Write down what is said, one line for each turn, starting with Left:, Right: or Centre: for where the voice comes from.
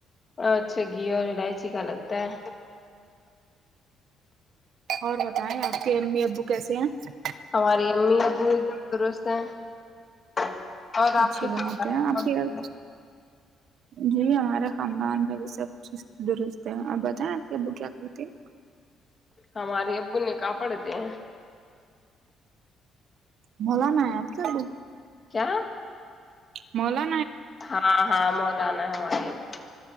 Left: اچھا گھی اور الائچی کا لگتا ہے
Right: اور بتائیں آپ کے امی ابو کیسے ہیں
Left: ہماری امی ابو ایک <unintelligible>
Right: اچھی
Left: <unintelligible>
Right: بات ہے آپ کے گھر۔ جی ہمارا خاندان بھائی سب چیز درست ہے آپ بتائیں آپ کے ابو کیا کرتے ہیں
Left: ہمارے ابو نے کاپڑتے ہیں
Right: ملا ن آپ چلو
Left: کیا
Right: مولا
Left: ہاں ہاں مولانا ہے ہماری ابو